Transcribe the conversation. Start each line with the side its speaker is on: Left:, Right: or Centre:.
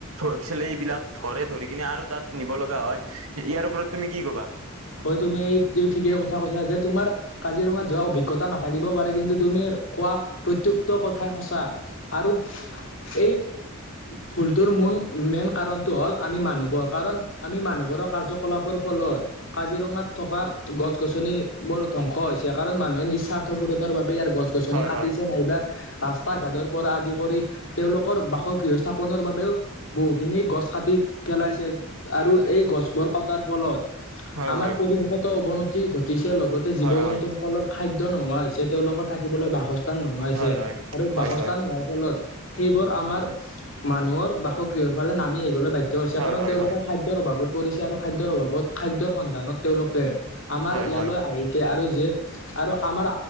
Right: পিছ এইবিলাক ধৰে ধৰি কিনে আৰু তাত, নিব লগা হয় ইয়াৰ ওপৰত তুমি কি ক'বা।
Left: হয়, তুমি এইটো ঠিকেই কথা কৈছা যে তোমাৰ কাজিৰঙাত যোৱা অভিজ্ঞতা নাথাকিব পাৰে, কিন্তু তুমি কোৱা প্ৰত্য ক্ত কথাই সঁচা আৰু এই ফুলটোৰ মূল মেইন কাৰণটো হ'ল আমি মানুহবোৰ কাৰণ আমি মানুহবোৰৰ কাৰ্যকলাপৰ ফলত কাজিৰঙাত থকা গছ-গছনি বোৰ ধ্বংস হৈছে কাৰণ মানুহে নিস্বাৰ্থ পূৰণৰ বাবে ইয়াৰ গছ গছনি
Right: হয়
Left: কাটিছে
Right: হয়
Left: নাইবা, তা ঘাটৰ পৰা আদি কৰি তেওঁলোকৰ বাসগৃহ স্থাপনৰ বাবেও, বহুখিনি গছ কাটি পেলাইছে আৰু এই গছবোৰ কটাৰ ফলত,
Right: হয়
Left: আমাৰ
Right: হয়
Left: পৰিৱেশতো অৱনতি ঘটিছে, লগতে জীৱ-জন্তু,
Right: হয় হয়
Left: ফলত খাদ্য নোহোৱা হৈছে, তেওঁলোকৰ থাকিবলৈ বাসস্থ স্থান নোহোৱা হৈছে
Right: হয়
Left: আৰু
Right: হয়
Left: বাসস্থান
Right: হয়
Left: নোহোৱাৰ ফলত, সেইবোৰ আমাৰ মানুহৰ বাসগৃহৰ ফালে নামি আহিবলৈ বাধ্য হৈছে,
Right: হয়
Left: কাৰণ
Right: হয়
Left: তেওঁলোকে
Right: হয়
Left: খাদ্য খৰ অভাৱত পৰিছে আৰু খাদ্যৰ অভাৱত খাদ্যৰ সন্ধানত তেওঁলোকে আমাৰ
Right: হয় হয়
Left: ইয়ালে
Right: হয়
Left: আহি, আৰু যি আৰু আমাৰ